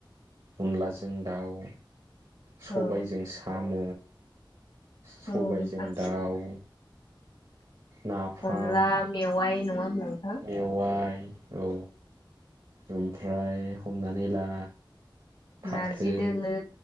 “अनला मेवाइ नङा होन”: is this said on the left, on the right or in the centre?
Left